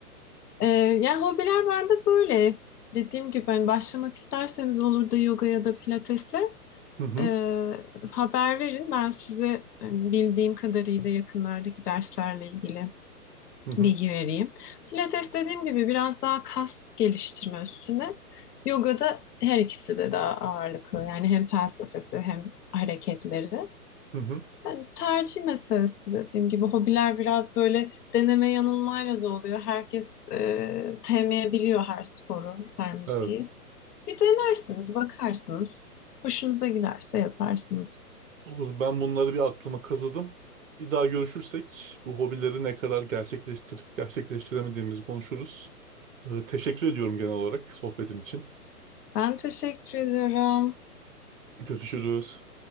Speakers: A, on the left (about 75°); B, on the right (about 55°).
A: E, yani hobiler bende böyle. Dediğim gibi hani başlamak isterseniz olur da yoga ya da pilatese
B: Hı hı.
A: e, haber verin. Ben size e, bildiğim kadarıyla yakınlardaki derslerle ilgili
B: Hı hı.
A: bilgi vereyim. Pilates dediğim gibi biraz daha kas geliştirme üstüne. Yoga'da her ikisi de daha ağırlıklı. Yani hem felsefesi hem hareketleri.
B: Hı hı.
A: Yani tercih meselesi dediğim gibi. Hobiler biraz böyle deneme yanılmayla da oluyor. Herkes e, sevmeyebiliyor her sporu, her müziği.
B: Evet.
A: Bir denersiniz, bakarsınız. Hoşunuza giderse yaparsınız.
B: Olur ben bunları bir aklıma kazıdım. Bir daha görüşürsek bu hobileri ne kadar gerçekleştirip gerçekleştiremediğimizi konuşuruz. Ee, teşekkür ediyorum genel olarak sohbetin için.
A: Ben teşekkür ediyorum.
B: Görüşürüz.